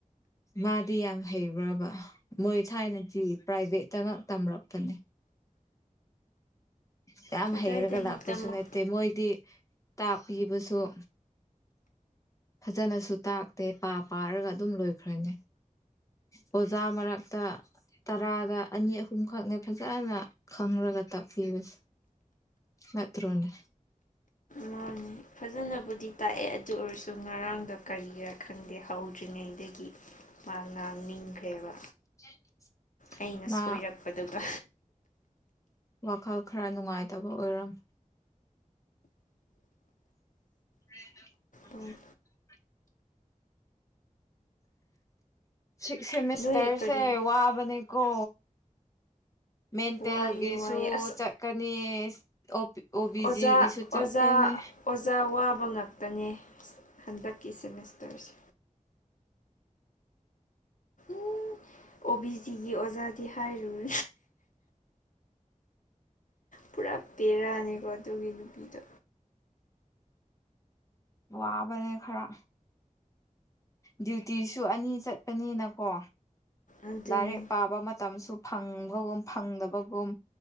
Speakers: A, on the left; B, on the left.
A: ꯃꯥꯗꯤ ꯌꯥꯝ ꯍꯩꯕ꯭ꯔꯕ ꯃꯣꯏ ꯊꯥꯏꯅꯗꯤ ꯄ꯭ꯔꯥꯏꯚꯦꯠꯇꯒ ꯇꯝꯂꯛꯄꯅꯦ ꯌꯥꯝ
B: ꯀꯗꯥꯏꯗꯒꯤ
A: ꯍꯩꯔꯒ ꯂꯥꯛꯄꯁꯨ
B: ꯇꯝꯃꯛ
A: ꯅꯠꯇꯦ ꯃꯣꯏꯗꯤ ꯇꯥꯛꯄꯤꯕꯁꯨ ꯐꯖꯅꯁꯨ ꯇꯥꯛꯇꯦ ꯄꯥ ꯄꯥꯔꯒ ꯑꯗꯨꯝ ꯂꯣꯏꯈ꯭ꯔꯅꯤ ꯑꯣꯖꯥ ꯃꯔꯛꯇ ꯇꯔꯥꯒ ꯑꯅꯤ ꯑꯍꯨꯝꯈꯛꯅꯦ ꯐꯖꯅ ꯈꯪꯔꯒ ꯇꯥꯛꯄꯤꯕꯁꯦ ꯅꯠꯇ꯭ꯔꯣꯅꯦ
B: ꯃꯥꯅꯦ ꯐꯖꯅꯕꯨꯗꯤ ꯇꯥꯛꯑꯦ ꯑꯗꯨ ꯑꯣꯏꯔꯁꯨ ꯉꯔꯥꯡꯗꯣ ꯀꯔꯤꯔ ꯈꯪꯗꯦ ꯍꯧꯗ꯭ꯔꯤꯉꯩꯗꯒꯤ ꯃꯥ ꯉꯥꯡꯅꯤꯡꯈ꯭ꯔꯦꯕ
A: <inaudible>
B: ꯑꯩꯅ
A: ꯃꯥ
B: ꯁꯣꯏꯔꯛꯄꯗꯨꯒ
A: ꯋꯥꯈꯜ ꯈꯔ ꯅꯨꯡꯉꯥꯏꯇꯕ ꯑꯣꯏꯔꯝ <inaudible>
B: ꯎꯝ
A: ꯁꯤꯛꯁ ꯁꯦꯃꯤꯁꯇ꯭ꯔꯁꯦ
B: ꯅꯣꯏ ꯀꯔꯤ
A: ꯋꯥꯕꯅꯦꯀꯣ ꯃꯦꯟꯇꯦꯜꯒꯤꯁꯨ
B: ꯋꯥꯏꯑꯦ ꯋꯥꯏꯑꯦ ꯑꯁ
A: ꯆꯠꯀꯅꯤ ꯑꯣ ꯄꯤ ꯑꯣ ꯕꯤ
B: ꯑꯣꯖꯥ
A: ꯖꯤꯒꯤꯁꯨ
B: ꯑꯣꯖꯥ
A: ꯆꯠꯀꯅꯤ
B: ꯑꯣꯖꯥ ꯋꯥꯕ ꯉꯥꯛꯇꯅꯦ ꯍꯟꯗꯛꯀꯤ ꯁꯦꯃꯤꯁꯇꯔꯁꯦ ꯎꯝ ꯑꯣꯕꯤꯖꯤ ꯒꯤ ꯑꯣꯖꯥꯗꯤ ꯍꯥꯏꯔꯨ ꯄꯨꯔꯥ ꯕꯦꯔꯥꯅꯤꯀꯣ ꯑꯗꯨꯒꯤ ꯅꯨꯄꯤꯗꯣ
A: ꯋꯥꯕꯅꯦ ꯈꯔ ꯗ꯭ꯌꯨꯇꯤꯁꯨ ꯑꯅꯤ ꯆꯠꯄꯅꯤꯅꯀꯣ
B: ꯑꯗꯨꯅꯤ
A: ꯂꯥꯏꯔꯤꯛ ꯄꯥꯕ ꯃꯇꯝꯁꯨ ꯐꯪꯕꯒꯨꯝ ꯐꯪꯗꯕꯒꯨꯝ